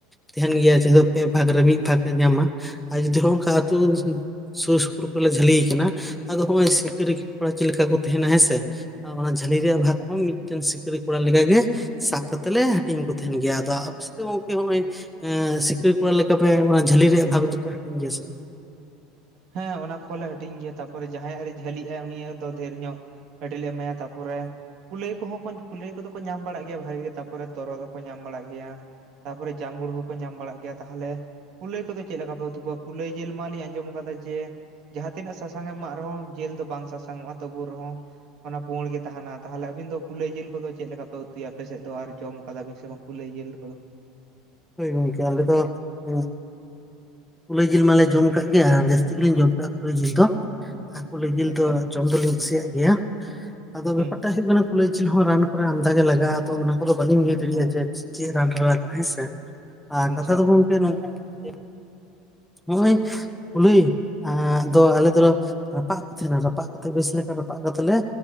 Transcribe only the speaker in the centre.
ᱛᱟᱦᱮᱱ ᱜᱮᱭᱟ ᱡᱟᱦᱟᱸᱮ ᱫᱚ ᱯᱮ ᱵᱷᱟᱜᱽ ᱨᱮ ᱢᱤᱫ ᱵᱷᱟᱜᱽ ᱮ ᱧᱟᱢᱟ, ᱟᱨ ᱡᱩᱫᱤ ᱦᱚᱸ ᱚᱱᱠᱟ ᱟᱹᱛᱩ ᱥᱩᱨ ᱥᱩᱯᱩᱨ ᱠᱚᱨᱞᱮ ᱡᱷᱟᱹᱞᱤ, ᱟᱫᱚ ᱦᱚᱸᱜ ᱚᱭ ᱥᱤᱠᱟᱹᱨᱤ ᱠᱚᱲᱟ ᱪᱮᱫ ᱞᱮᱠᱟ ᱠᱚ ᱛᱟᱦᱮᱱᱟ ᱦᱮᱸᱥᱮ ᱚᱱᱟ ᱡᱷᱟᱹᱞᱤ ᱨᱮᱭᱟᱜ
ᱵᱷᱟᱜᱽ ᱦᱚᱸ ᱢᱤᱫ, ᱢᱤᱫᱴᱮᱱ ᱥᱤᱠᱟᱹᱨᱤ ᱠᱚᱲᱟ ᱞᱮᱠ ᱜᱮ ᱥᱟᱵ ᱠᱟᱛᱮᱜ ᱞᱮ ᱦᱟᱹᱴᱤᱧ ᱠᱚ ᱛᱟᱦᱮᱱ ᱜᱮᱭᱟ ᱟᱫᱚ ᱟᱯᱮ ᱥᱮ ᱫᱚ ᱜᱚᱝᱠᱮ ᱱᱚᱜᱚᱭ᱾ ᱥᱤᱠᱟᱹᱨ ᱠᱚᱲᱟ ᱞᱮᱠᱟ ᱯᱮ ᱚᱱᱟ ᱡᱷᱟᱹᱞᱤ ᱨᱮᱭᱟᱜ ᱵᱷᱟᱜᱽ ᱫᱚᱯᱮ ᱦᱟᱹᱴᱤᱧ ᱜᱮᱭᱟ ᱥᱮ ᱵᱟᱝᱼᱼ
ᱦᱚᱳ ᱜᱚᱝᱠᱮ ᱟᱞᱮ ᱫᱚ ᱩ, ᱠᱩᱞᱟᱹᱭ ᱡᱤᱞ ᱢᱟᱞᱮ ᱡᱚᱢ ᱠᱟᱜ ᱜᱮᱭᱟ ᱟᱨ ᱡᱟᱹᱥᱛᱤ ᱜᱮᱞᱮᱧ ᱡᱚᱢ ᱠᱟᱜᱼᱟ ᱠᱩᱞᱟᱹᱭ ᱡᱤᱞ ᱫᱚ᱾
ᱠᱩᱞᱟᱹᱭ ᱡᱤᱞ
ᱫᱚ ᱡᱚᱢ ᱫᱚᱞᱤᱧ ᱠᱩᱥᱤᱭᱟᱜ ᱜᱮᱭᱟ ᱟᱫᱚ
ᱵᱮᱯᱟᱨᱴᱟᱜ ᱦᱩᱭᱩᱜ ᱠᱟᱱᱟᱼᱼ ᱠᱩᱞᱟᱹᱭ ᱡᱤᱞ ᱦᱚᱸ ᱨᱟᱱ ᱠᱚᱨᱮ ᱟᱢᱫᱟ ᱜᱮ ᱞᱟᱜᱟᱜᱼᱟ ᱟᱫᱚ ᱚᱱᱟ ᱠᱚᱫᱚ ᱵᱟᱹᱞᱤᱧ ᱞᱟᱹᱭ ᱫᱟᱲᱮᱭᱟᱜᱼᱟ
ᱡᱮ ᱪᱮᱫ ᱨᱟᱱ ᱨᱮ ᱞᱟᱜᱟᱜᱼᱟ ᱦᱮᱸ ᱥᱮ᱾ ᱟᱨ
ᱠᱟᱛᱷᱟ ᱫᱚ ᱜᱚᱢᱚᱝᱠᱮ ᱱᱚᱝᱠᱟ ᱠᱟᱱᱟ ᱡᱮ ᱱᱚᱜᱼᱚᱭ, ᱠᱩᱞᱦᱟᱹᱭ ᱫᱚ ᱟᱞᱮ ᱫᱚᱞᱮ ᱨᱟᱯᱟᱜ ᱠᱚ ᱛᱟᱦᱮᱸᱱᱟ ᱨᱟᱯᱟᱜ ᱠᱟᱛᱮ ᱵᱮᱥ ᱞᱮ ᱞᱮᱠᱟ ᱨᱟᱯᱟᱜ ᱠᱟᱛᱮ ᱞᱮ᱾